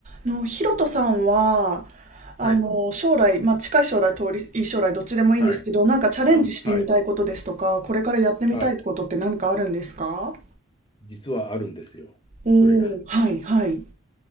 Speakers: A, on the right; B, on the left.
A: の、ヒロトさんは、あの、
B: はい、
A: 将来、まあ、近い将来、遠い将来、どっちでもいいんですけど、
B: はい、
A: なんかチャレンジしてみたいことですとか、
B: あはい、
A: これからやってみたいことって何かあるんですか
B: はい。実はあるんですよ。
A: おー、
B: それが。
A: はい、はい。